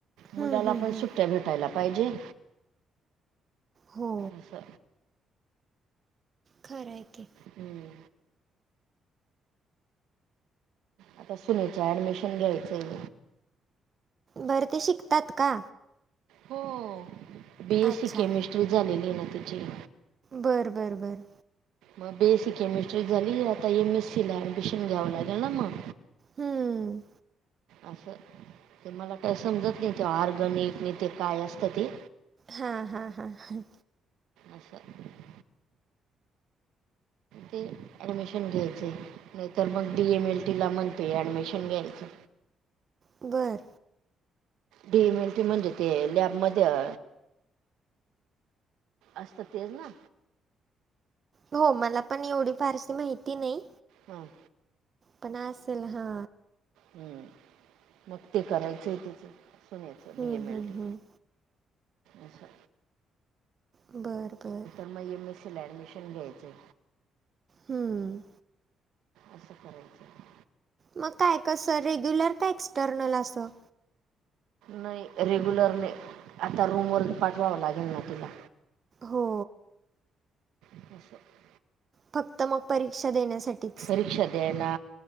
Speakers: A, on the right (about 40°); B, on the right (about 85°).
A: हम्म,
B: मुलाला
A: हम्म,
B: पण
A: हम्म.
B: सुट्टया भेटायला पाहिजे?
A: हो
B: असं
A: खरं हाय की.
B: हम्म. आता सुनेचं ऍडमिशन घ्यायचंय.
A: बरं ते शिकतात का?
B: हो! बी. एस.
A: अच्छा.
B: सी. केमिस्ट्री झालेली आहे ना तिची.
A: बरं बरं बरं!
B: मग बी. एस. सी. केमिस्ट्री झाली, आता एम. एस. सी. ला ऍडमिशन घ्यावं लागेल ना मग.
A: हम्म!
B: असं! ते मला काय समजत नाही ते ऑर्गनिक नाय ते काय असतं ते
A: हा! हा! हा! हा!
B: <unintelligible> ते ऍडमिशन घ्यायचंय. नाही तर मग बी. एम. एल. टी. ला म्हणतेय ऍडमिशन घ्यायचं.
A: बरं!
B: बी. एम. एल. टी. म्हणजे ते लॅबमध्ये अ असत तेज ना?
A: हो! मला पण एवढी फारशी माहिती नाही
B: हम्म!
A: पण असेल हा
B: हम्म! मग ते करायचंय तिचं, सुनेचं
A: हम्म,
B: बी. एम.
A: हम्म,
B: एल. टी.
A: हम्म.
B: अच्छा!
A: बरं! बरं!
B: मग एम. एस. सी. ला ॲडमिशन घ्यायचंय
A: हम्म!
B: असं करायचं.
A: मग काय कसं रेग्युलर का एक्सटर्नल असंत?
B: नाही रेग्युलर नाही, आता रूमवर पाठवावं लागेल ना तिला.
A: हो!
B: <unintelligible>
A: फक्त मग परीक्षा देण्यासाठीच
B: परीक्षा द्यायला